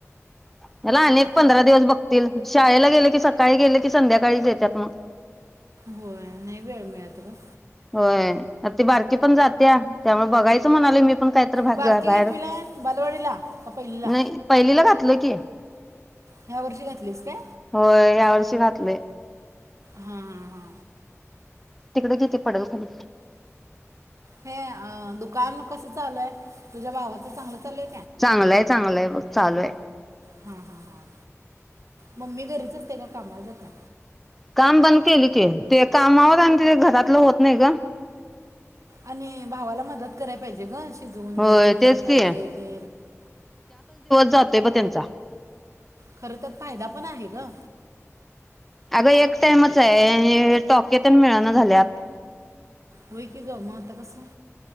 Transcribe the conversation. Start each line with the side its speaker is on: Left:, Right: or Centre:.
Centre: ह्याला अनेक
Right: आता
Centre: आणि पंधरा दिवस बघतील शाळेला गेले की सकाळी गेले की संध्याकाळीच येतात मग
Right: होय नाही वेळ मिळत ग
Centre: होय आता ती बारकी पण जात्या त्यामुळे बघायचं म्हणालोय मी पण कायतर भागं
Right: बारके
Centre: बाहेरचं,
Right: घेतवीला बालवाडीला का पहिलीला
Centre: नाही पहिलीला घातलं की
Right: ह्या वर्षी घातलीस काय
Centre: होय ह्या वर्षी घात <unintelligible>
Right: हा हा हा
Centre: तिकडे किती पडल खाली
Right: हे दुकान कसं चालूय तुझ्या भावाचं चांगलं चालल्य
Centre: चांगलंय चांगलंय बघ चालू आहे.
Right: हा हा हा मम्मी घरीच अस्ते का कामाला जातय?
Centre: काम बंद केली की ते कामावर आणि त घरातलं होत नाही ग
Right: आणि भावाला मदत करायला पाहिजे गश शिजवून द्यायचं
Centre: होय
Right: ते
Centre: तेच
Right: बटाटे
Centre: की
Right: ते
Centre: जातय ब त्यांचा
Right: खरं तर फायदा पण आहे ग
Centre: अगं एक टाइमच आहे टॉकेेतेण मिळना झाल्यात
Right: होय की गं म आता कसं?